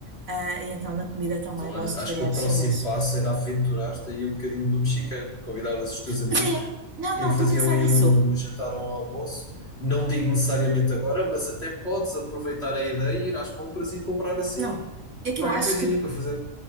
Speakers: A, on the right; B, on the left.
A: Ah, e então na comida também
B: Então, olha,
A: gosto
B: acho
A: de variar
B: que o
A: os
B: próximo
A: sabores.
B: passo era aventurar-te aí um bocadinho no mexicano. Convidavas os teus amigos
A: Mas é, não,
B: e
A: não,
B: faziam
A: estou a pensar
B: aí
A: nisso.
B: um jantar ou um almoço. Não digo necessariamente agora, mas até podes aproveitar a ideia e ir às compras e comprar assim
A: Não, é que
B: qualquer
A: eu acho
B: coisinha
A: que
B: para fazer.